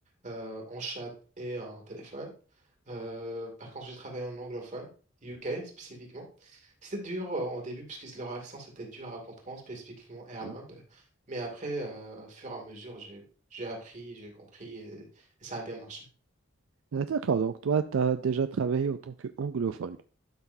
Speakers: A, on the right (about 40°); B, on the right (about 70°).
A: euh, en chat et en téléphone. Euh, par contre, j'ai travaillé en anglophone, UK spécifiquement. C'était dur euh, au début puisque leur accent c'était dur à comprendre, spécifiquement Ireland.
B: oui.
A: Mais après, euh, au fur et à mesure, j'ai j'ai appris, j'ai compris et, et ça a bien marché.
B: Ah, D'accord, donc toi, tu as déjà travaillé en tant qu'anglophone.